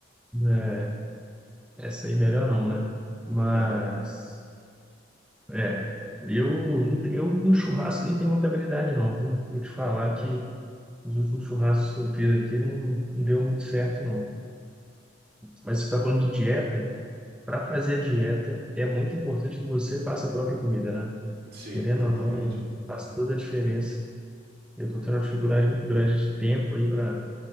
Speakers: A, in the centre; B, on the right.
A: É, essa aí melhor não, né? Mas...
B: É.
A: É, eu, não te- eu no churrasco eu não tenho muita habilidade, não. viu? Vou te falar que os últimos churrascos que eu fiz aqui não, não deu muito certo, não. Mas você está falando de dieta, para fazer a dieta é muito importante que você faça a própria comida, né?
B: Sim,
A: Querendo
B: totalmente.
A: ou não, faz toda a diferença. Eu estou tendo uma dificuldade muito grande de tempo aí para